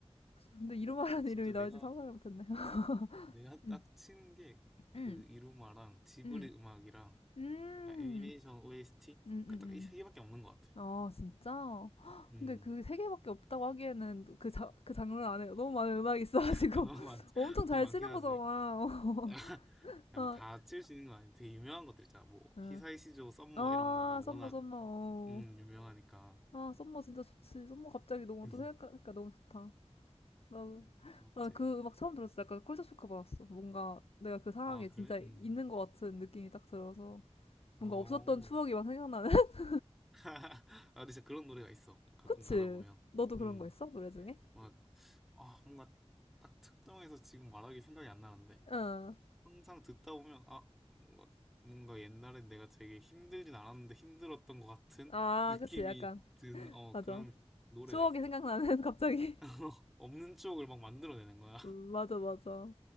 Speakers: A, on the left; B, in the centre.
A: 근데 이루마라는
B: 어, 진짜
A: 이름이 나올지
B: 내가,
A: 상상을 못했네요. <laughs>
B: 내가
A: 음,
B: 딱 치는 게 그
A: 음,
B: 이루마랑 지브리
A: 음,
B: 음악이랑
A: 음,
B: 약간 애니메이션 OST?
A: 음, 음,
B: 딱
A: 음.
B: 이 세 개밖에 없는 것 같아.
A: 아 진짜? 헉,
B: 음,
A: 근데 그 세 개밖에 없다고 하기에는 그, 자, 그 장르 안에 너무 많은 음악이 있어가지고
B: 아, 너무
A: <laughs>
B: 많, <laughs>
A: 엄청 잘
B: 좀 많긴
A: 치는
B: 하지.
A: 거잖아. <laughs>
B: <laughs> 뭐다
A: 아,
B: 치울 수 있는 건 아닌데 되게 유명한 것들 있잖아. 뭐,
A: 응.
B: 히사이시조, 썸머
A: 아,
B: 이런 거는 워낙,
A: 썸머 썸머. 어.
B: 음, 유명하니까.
A: 아, 썸머 진짜 좋지. 썸머 갑자기 너무
B: <laughs>
A: 또 생각하니까 너무 좋다. 나,
B: 맞지?
A: 나그 음악 처음 들었을 때 약간 컬처 쇼크 받았어. 뭔가 내가 그 상황에
B: 아,
A: 진짜
B: 그래? 음.
A: 있는 것 같은 느낌이 딱 들어서 뭔가
B: 어,
A: 없었던 추억이 막 생각나는. <laughs>
B: <laughs> 아, 근데 진짜 그런 노래가 있어. 가끔
A: 그치?
B: 가다 보면.
A: 너도 그런
B: 음,
A: 거 있어? 노래 중에?
B: 뭔가, 아, 뭔가 딱 특정해서 지금 말하기 생각이 안 나는데.
A: 응.
B: 항상 듣다 보면, 아, 뭔가, 뭔가 옛날에 내가 되게 힘들진 않았는데 힘들었던 것 같은
A: 아,
B: 느낌이
A: 그치. 약간
B: 드는, 어,
A: 맞아.
B: 그런 노래가
A: 추억이
B: 있어.
A: 생각나는 <laughs> 갑자기
B: <laughs> 없는 추억을 막 만들어내는 거야. <laughs>
A: 음, 맞아 맞아